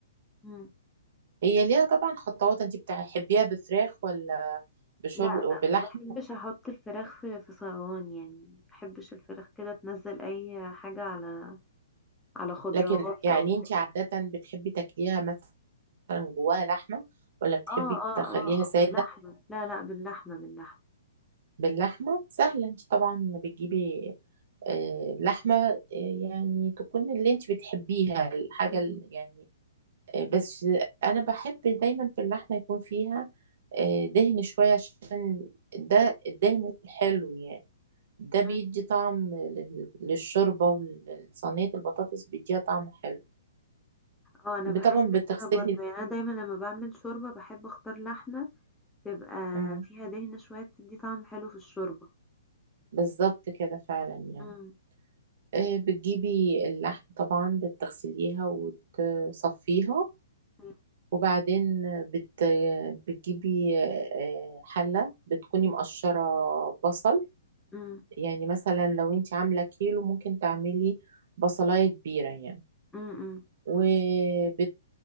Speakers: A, in the centre; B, on the right.
A: مم.
B: هي ليها طبعا خطوات انت بتحبيها بفراخ ولا بشر
A: لا
B: وبلحمة
A: لا ما بحبش احط الفراخ في في صواني يعني ما بحبش الفراخ كده تنزل اي حاجة على على خضروات
B: لكن يعني
A: او
B: انت عادة بتحبي تاكليها مثلا جواها لحمة ولا بتحبي
A: اه اه
B: تخليها
A: اه
B: سادة
A: باللحمة لا لا باللحمة باللحمة
B: باللحمة سهلة انت طبعا بتجيبي آه، لحمة آه، يعني تكون اللي انت بتحبيها الحاجة
A: م-
B: ال- يعني آه، بس انا بحب دايما في اللحمه يكون فيها آه، دهن شويه عشان ده الدهن الحلو يعني ده بيدي
A: م.
B: طعم لل- للشوربه ولصينيه البطاطس بيديها طعم حلو
A: اه انا بحس
B: طبعا بتغسلي
A: كده برضو يعني انا دايما لما بعمل شوربة بحب اختار لحمة تبقى
B: مم،
A: فيها دهنة شوية بتدي طعم حلو في الشوربة
B: بالظبط كده فعلا يعني
A: امم
B: آه، بتجيبي اللحم طبعا بتغسليها وتصفيها
A: امم
B: وبعدين بت... بتجيبي آه، حلة بتكوني مقشرة بصل
A: امم
B: يعني مثلا لو انت عاملة كيلو ممكن تعملي بصلاية كبيرة يعني
A: إمم، إمم.
B: وبت...